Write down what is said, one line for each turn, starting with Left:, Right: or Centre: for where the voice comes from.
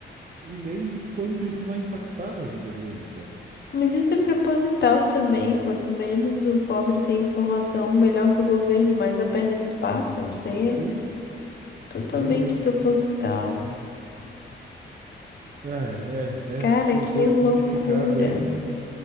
Right: e nem de quanto isso vai impactar na vida deles, sabe?
Left: Mas isso é proposital também. Quanto menos o pobre tem informação, melhor para o governo, mais a perna eles passam. Isso aí
Right: Sim,
Left: é totalmente
Right: realmente,
Left: proposital.
Right: realmente. Ah, É, é,
Left: Cara,
Right: é, são
Left: que
Right: coisas
Left: loucura.
Right: assim de ficar bem.